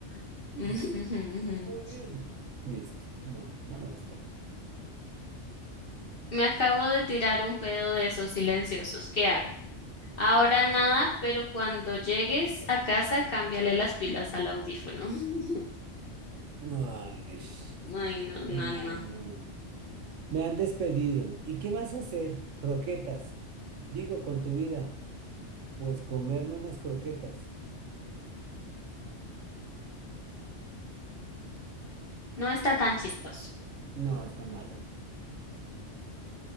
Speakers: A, on the left; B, on the right.
A: <laughs> Ujú.
B: Mm,
A: ujú, ujú.
B: está muy bien. Listo. No, no me gustó.
A: Me acabo de tirar un pedo de esos silenciosos. ¿Qué hago? Ahora nada, pero cuando llegues a casa, cámbiale las pilas al audífono. <laughs>
B: Ay,
A: Ay, no, no,
B: hermano.
A: no.
B: Me han despedido. ¿Y qué vas a hacer? Croquetas. Digo, con tu vida. Pues comerme unas croquetas.
A: No está tan chistoso.
B: No, está malo.